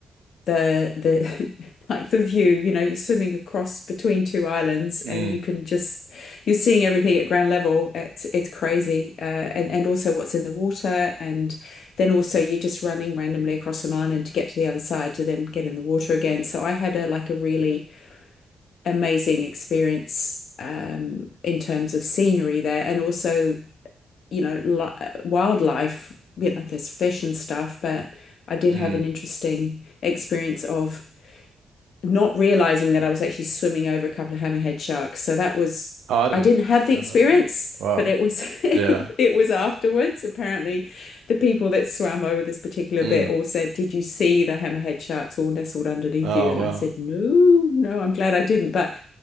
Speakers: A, on the left; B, on the right.
A: the the <laughs> like the view, you know, you're swimming across between two islands
B: Mm,
A: and you can just you're seeing everything at ground level. It's it's crazy. Uh, and and also what's in the water and then also you're just running randomly across an island to get to the other side to then get in the water again. So I had a like a really amazing experience um in terms of scenery there and also, you know, li wildlife, you know, there's fish and stuff, but I did
B: mm.
A: have an interesting experience of not realizing that I was actually swimming over a couple of hammerhead sharks. So that was,
B: Oh, I didn't
A: I didn't have the
B: know
A: experience,
B: about that. one. Wow.
A: but it was, <laughs> it
B: Yeah.
A: was afterwards. Apparently, the people that swam over this particular
B: Mm.
A: bit all said, Did you see the hammerhead sharks all nestled underneath
B: Oh,
A: you? And
B: wow.
A: I said, No, no, I'm glad I didn't. But